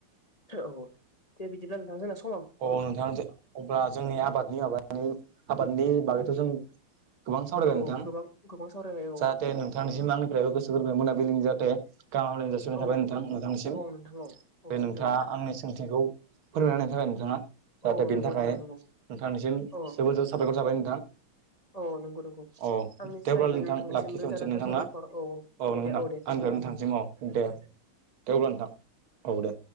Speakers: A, on the left; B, on the right.
A: औ दे बिदिब्ला नोंथां स
B: औ नोंथां अब्ला जोंनि आबादनि माबा आबादनि बागैथ' जों गोबां सावरायबाय
A: औ
B: नोंथां
A: गोबां गोबां सावरायबाय औ
B: जाहाथे नोंथांनिसिम आंनिफ्रायबो गोसो गोरबोनि मोनाबिलिनि जाहाथे गाहाम हामलायनाय जासिनाय
A: औ
B: थाबाय नोंथां नोंथांनिसिम।
A: औ नोंथां औ। औ
B: बे
A: सैथो
B: नोंथाङा आंनि सोंथिखौ फोरमायनायनि थाखाय नों थाङा जाहाथे
A: औ
B: बेनि
A: नंगौ
B: थाखाय
A: नंगौ नंगौ
B: नोंथांनिसिम
A: औ
B: जोबोद जोबोद साबायखर थाबाय नोंथां।
A: औ नंगौ नंगौ
B: औ
A: आंनि
B: दे
A: स्रायबो
B: अब्ला नोंथां
A: नोंथांनिसिम
B: लाखिथ'नोसै
A: रोजा रोजा
B: नोंथां
A: साबायखर
B: ना औ
A: दे
B: नोंथां।
A: दे दे
B: आंनिफ्रायबो नोंथांनिसिम औ दे दे अब्ला नोंथां औ दे।